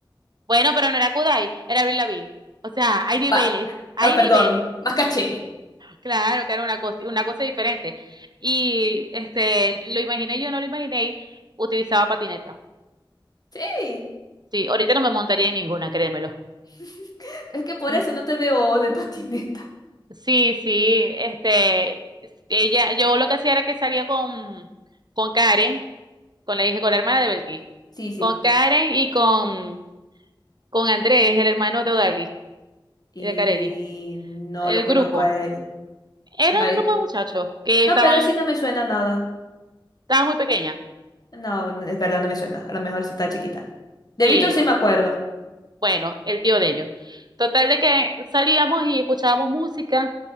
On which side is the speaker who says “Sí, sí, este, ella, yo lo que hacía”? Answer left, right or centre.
Right